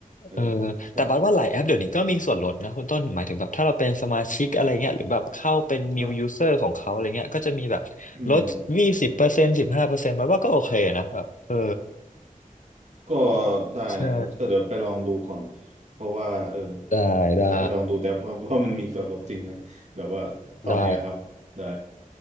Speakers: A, on the right; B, on the left.
A: เออ
B: เออ
A: ครับ
B: แต่บัดว่าหลายแอปเดี๋ยวนี้ก็มีส่วนลดนะคุณต้นหมายถึงแบบถ้าเราเป็นสมาชิกอะไรเงี้ยหรือแบบเข้าเป็น
A: ครับ
B: new user ของเขาอะไรเงี้ยก็จะมีแบบลดยี่สิบเปอร์เซ็นต์สิบห้าเปอร์เซ็นต์บัดว่าก็โอเคนะแบบเออ
A: อืมก็ได้แล้วก็เดี๋ยวไปลองดูก่อน
B: ใช่
A: เพราะว่าเออ
B: ได้ได้
A: จะไปลองดูแดปว่า <laughs> ว่ามันมีส่วนลดจริงไหมแบบว่าตอนเนี้ยครับได้
B: ได้